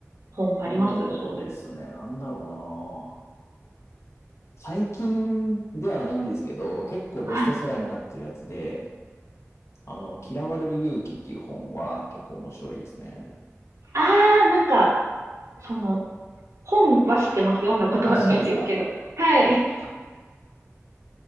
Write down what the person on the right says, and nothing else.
本ありますそういう。
はい。
ああ、なんか、その、本は知ってます。読んだことはないですけど。
はい。